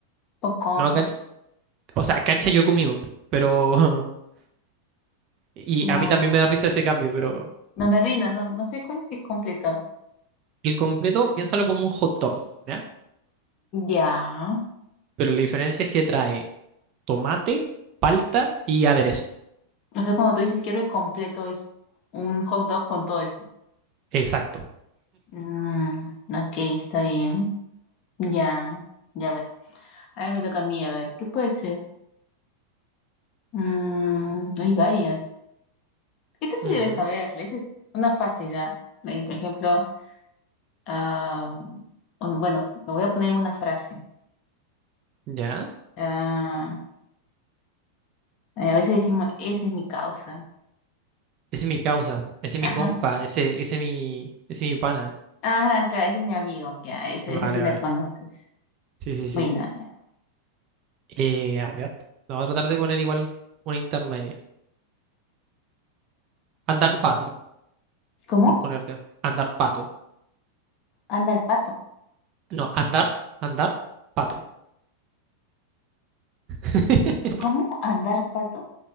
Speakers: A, on the left; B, on the right.
A: popcorn,
B: No, cancha, o sea, cancha yo he comido, pero <laughs> Y
A: no,
B: a mí también me da risa ese cambio, pero
A: no me rindo, no, no sé cuál es el completo.
B: el completo, piénsalo como un hot dog, ¿ya?
A: Ya.
B: Pero la diferencia es que trae tomate, palta y aderezo.
A: O sea, cuando tú dices quiero el completo, es un hot dog con todo eso.
B: Exacto.
A: Mm, ok, está bien. Ya, ya a ver. Ahora me toca a mí, a ver, ¿qué puede ser? Mm, hay varias. Esta sí
B: Ujú,
A: debes saberla, esa es una fácil, ¿ah? Ahí, por ejemplo, ah, o- bueno, lo voy a poner en una frase.
B: ¿Ya?
A: Ah, a veces decimos, esa es mi causa.
B: Ese es mi causa, ese es mi
A: Ajá.
B: compa, ese, ese es mi, ese es mi pana.
A: Ajá, claro, ese es mi amigo, ya, esa,
B: Vale,
A: esa sí la
B: vale.
A: conoces.
B: Sí, sí,
A: Bueno,
B: sí.
A: ya.
B: Eh, a ver, vamos a tratar de poner igual una intermedia. Andar pato,
A: ¿Cómo?
B: por ponerte. Andar pato.
A: Anda el pato.
B: No, andar, andar pato. <laughs>
A: ¿Cómo? ¿Andar pato?